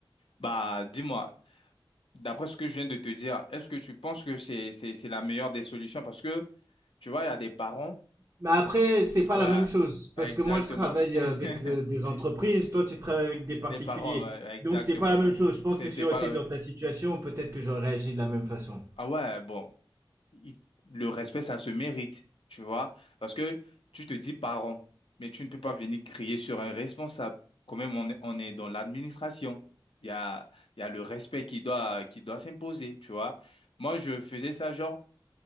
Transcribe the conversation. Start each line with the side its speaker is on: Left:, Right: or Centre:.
Left: Bah, dis-moi, d'après ce que je viens de te dire, est-ce que tu penses que c'est, c'est, c'est la meilleure des solutions? Parce que, tu vois, il y a des parents.
Right: Mais après, c'est pas
Left: Voilà.
Right: la même chose parce
Left: Exactement.
Right: que moi je travaille
Left: <laughs>
Right: euh, avec euh, des entreprises, toi tu travailles avec des particuliers.
Left: Les parents, ouais, exactement.
Right: Donc c'est pas la même chose. Je pense
Left: C'est,
Right: que si
Left: c'est
Right: j'aurais
Left: pas
Right: été
Left: la même.
Right: dans ta situation, peut-être que j'aurais réagi de la même façon.
Left: Ah ouais, bon. il- le respect, ça se mérite, tu vois, parce que tu te dis parent, mais tu ne peux pas venir crier sur un responsable. Quand même, on est, on est dans l'administration. Il y a, il y a le respect qui doit, qui doit s'imposer, tu vois. Moi, je faisais ça genre